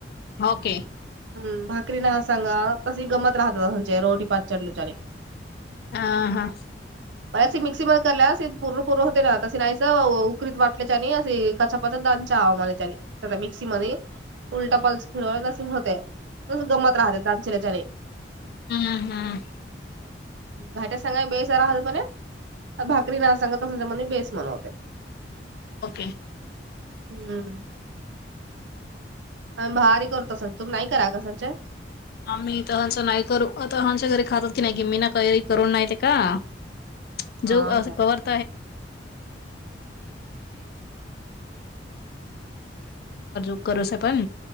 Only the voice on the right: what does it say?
हम् भाकरी ना सांगा तसे गमत राहतात रोटी पाचच्या लुचारी.
<inaudible> कार्याची मिक्सी मध्ये करल्या प पुरपूर होते ना तसे नाहीच उकरीत वाटल्याच्या आणि अशी काचप. वतण दानच्या हवामाने मिक्सी मध्ये उलटपल्स फिरवलेसे होते. तस गंमत राहत दांशल्याच्याने.
<unintelligible> ह भाकरी ना सांगत त असं त्याच्यामध्ये बेस म्हनवते.
हम्म. आम्ही भारी करत असाल तुम्ही नाही करा कसलचे.
हम्म